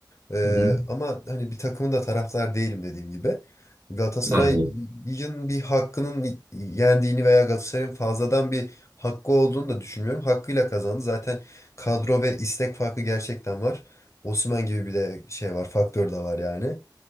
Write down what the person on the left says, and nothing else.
Ee,
ama hani bir takımın da taraftar değilim dediğim gibi. Galatasaray'ın
bir hakkının yendiğini veya Galatasaray'ın fazladan bir hakkı olduğunu da düşünmüyorum. Hakkıyla kazandı. Zaten kadro ve istek farkı gerçekten var. Osimhen gibi bir de şey var, faktör de var yani.